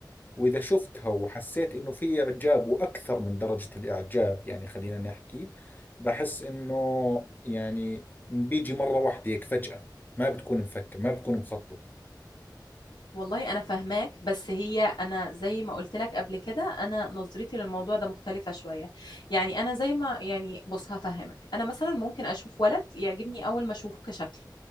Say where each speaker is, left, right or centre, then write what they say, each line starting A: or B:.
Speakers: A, on the left (about 25°); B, on the left (about 80°).
A: واذا شفتها وحسيت انه في اعجاب واكثر من درجة الاعجاب يعني خلينا نحكي بحس انه يعني بيجي مرة واحدة هيك فجأة ما بتكون مفكر ما بتكون مخطط
B: والله انا فاهماك بس هي انا زي ما قلت لك قبل كده انا نظرتي للموضوع ده مختلفة شوية يعني انا زي ما يعني بص هفهمك انا مثلا ممكن اشوف ولد يعجبني اول ما اشوفه كشكل